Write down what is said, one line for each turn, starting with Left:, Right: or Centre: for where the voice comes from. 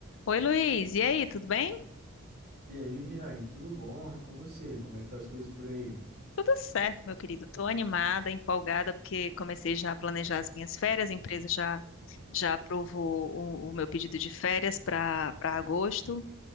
Left: Oi, Luiz. E aí, tudo bem?
Right: E aí, Liviane, tudo bom? E com você? Como é que tá as coisas por aí?
Left: Tudo certo, meu querido. Estou animada, empolgada, porque comecei já a planejar as minhas férias. A empresa já já aprovou o, o meu pedido de férias para para agosto.